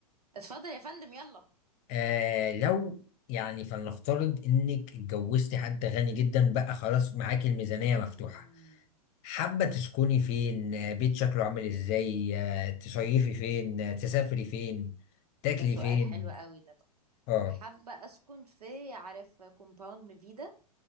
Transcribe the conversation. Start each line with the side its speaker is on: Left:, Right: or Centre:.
Right: اتفضل يا فندم يلا
Left: آه لو يعني فلنفترض انك اتجوزتي حد غني جدا بقى خلاص معاكي الميزانيه
Right: مم.
Left: مفتوحه حابة تسكني فين آه، بيت شكله عامل ازاي آه، تصيفي فين آه، تسافري فين تاكلي
Right: ده سؤال
Left: فين
Right: حلو قوي ده بقى
Left: اه
Right: حابة أسكن في عارف كومباوند ميفيدا